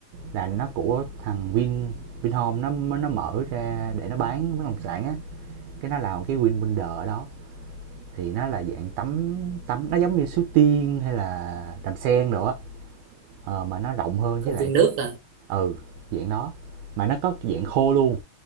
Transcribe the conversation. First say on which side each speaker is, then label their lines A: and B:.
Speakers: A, on the right; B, on the right.
A: là nó của thằng Vin Vinhome nó nó mở ra để nó bán bất động sản á, cái nó làm cái Vinwonders ở đó. Thì nó là dạng tắm tắm nó giống như Suối Tiên hay là Đàm Sen đồ á, ờ, mà nó rộng hơn
B: công
A: với lại
B: viên nước à.
A: ừ, dạng đó, mà nó có dạng khô luôn.